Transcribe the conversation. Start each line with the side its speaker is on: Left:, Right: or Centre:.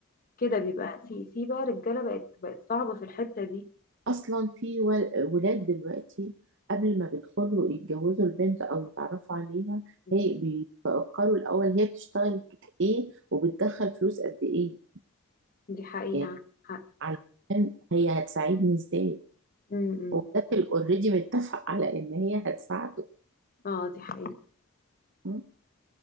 Left: كده بيبقى في في بقى رجالة بقت بقت صعبة في الحتة دي
Right: اصلا في ول- ولاد دلوقتي قبل ما بيدخلوا يتجوزوا البنت او يتعرفوا عليها
Left: م.
Right: هي بيفكروا الاول هي بتشتغل ايه وبتدخل فلوس قد ايه
Left: دي حقيقة
Right: يعني
Left: عندك حق
Right: علشان هي هتساعدني ازاي
Left: م- م.
Right: هو ده اوريدي متفق على ان هي هتساعده
Left: اه دي حقيقة
Right: م?